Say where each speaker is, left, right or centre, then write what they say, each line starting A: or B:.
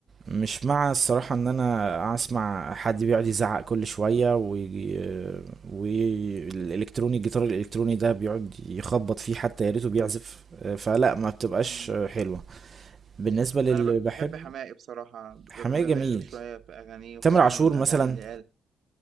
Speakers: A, on the right; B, on the right.
A: مش مع الصراحة ان انا اسمع حد بيقعد يزعق كل شوية ويجي والالكتروني الجيتار الالكتروني ده بيقعد يخبط فيه حتى يا ريته بيعزف فلا ما بتبقاش
B: امم
A: حلوة بالنسبة للي
B: انا ب-
A: بحب
B: بحب حماقي بصراحه ب-
A: حماية
B: ب- بميل
A: جميل
B: له شويه في اغانيه وخصوصا
A: تامر عاشور
B: الاغاني
A: مثلا
B: اللي قال